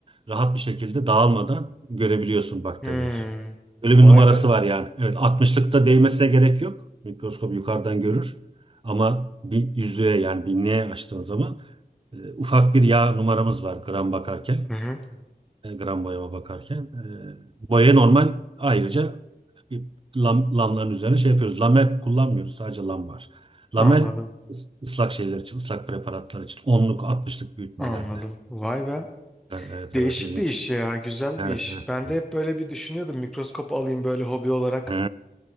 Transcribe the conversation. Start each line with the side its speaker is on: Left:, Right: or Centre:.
Right: rahat bir şekilde dağılmadan görebiliyorsun bakterileri.
Centre: Hmm.
Right: Öyle bir
Centre: Vay
Right: numarası
Centre: be.
Right: var yani. Evet 60'lıkta değmesine gerek yok. Mikroskop yukarıdan görür. Ama bir yüzlüğe yani binliğe açtığın zaman e, ufak bir yağ numaramız var gram bakarken.
Centre: Hı hı.
Right: e, gram boyama bakarken. E, boya normal ayrıca bir lam, lamların üzerine şey yapıyoruz. Lamel kullanmıyoruz. Sadece lam var.
Centre: Anladım.
Right: Lamel ıs- ıslak şeyler için, ıslak preparatlar için. onluk 60'lık büyütmelerde.
Centre: Anladım. Vay be.
Right: E, Evet
Centre: Değişik
Right: evet ilginç.
Centre: bir iş ya. Güzel
Right: Evet,
Centre: bir iş.
Right: evet,
Centre: Ben
Right: evet.
Centre: de hep böyle bir düşünüyordum. Mikroskop alayım böyle hobi olarak.
Right: E,